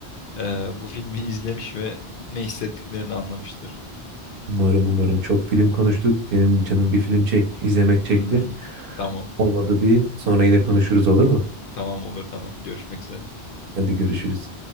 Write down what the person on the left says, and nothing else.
ee, bu filmi izlemiş ve ne hissettiklerini anlamıştır.
Hmm. Tamam.
Tamam olur tamam. Görüşmek üzere.